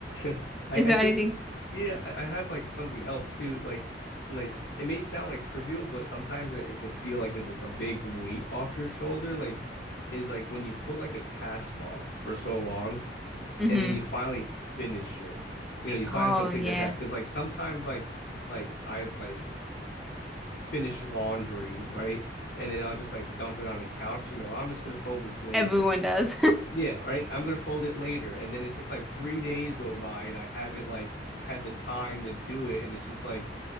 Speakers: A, on the left; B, in the centre.
A: <laughs> I,
B: is
A: I
B: there
A: think
B: anything?
A: yeah, I, I have like something else too. Like like it may sound like trivial, but sometimes it, it could feel like it's like a big weight off your shoulder. Like is like when you put like a task off for so long,
B: Mm-hmm.
A: and then you finally finish it. You know, you finally
B: Oh,
A: complete
B: yeah.
A: that task. Cause like sometimes like like I've like finished laundry, right? And then I'll just like dump it on the couch. You know, I'm just gonna fold this later.
B: Everyone does.
A: Yeah, right. I'm gonna fold it later. And then it's just like three days go by and I haven't like had the time to do it. And it's just like